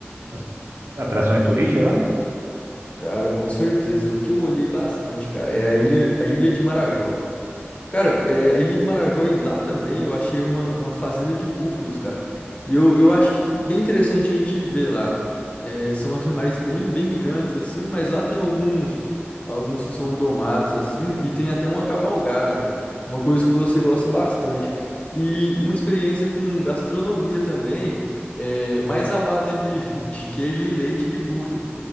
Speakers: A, on the right (about 70°); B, on the left (about 30°).
A: as atrações turísticas lá?
B: Cara, com certeza. O que eu olhei bastante, cara, é a ilha, a Ilha de Marajó. Cara, é, a Ilha de Marajó e lá também eu achei uma, uma fazenda de búfalos, cara. E eu, eu acho que bem interessante a gente ir ver lá. É, são <laughs> animais bem, bem grandes assim, mas lá tem alguns, alguns que são domados assim e tem até uma cavalgada, cara. Uma coisa que você gosta bastante. E uma experiência com gastronomia também, é, mais à base de, <laughs> de queijo e leite de búfalo.